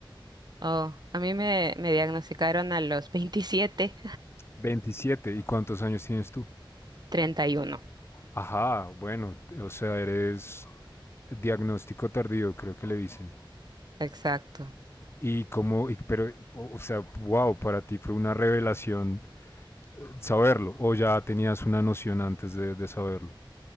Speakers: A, on the right; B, on the left.
A: Oh, a mí me, me diagnosticaron a los veintisiete,
B: 27. ¿Y cuántos años tienes tú?
A: <laughs> 31.
B: Ajá, bueno, o sea, eres diagnóstico tardío, creo que le dicen.
A: Exacto.
B: Y como, y- pero, o sea, wow, para ti fue una revelación eh, saberlo, o ya tenías una noción antes de, de saberlo.